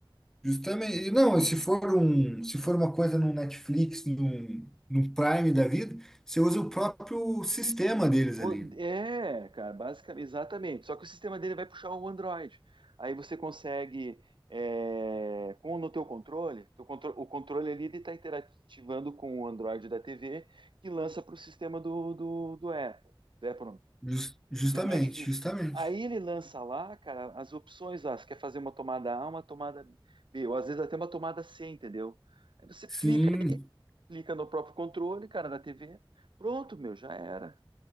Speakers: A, in the centre; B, on the right.
A: Justamente. E Não, se for um, se for uma coisa no Netflix, num, num Prime da vida, você usa o próprio sistema deles
B: O-
A: ali.
B: É, cara, basicamente, exatamente. Só que o sistema dele vai puxar o Android. Aí você consegue, é, com no teu controle, teu contro- o controle ali ele está interativando com o Android da TV que lança para o sistema do, do, do Apple, do Apple não,
A: Jus- justamente,
B: do Netflix.
A: justamente.
B: Aí ele lança lá, cara, as opções lá. Você quer fazer uma tomada A, uma tomada B, ou às vezes até uma tomada C, entendeu? Aí você clica,
A: Sim,
B: clica no próprio controle, cara, da TV. Pronto, meu, já era.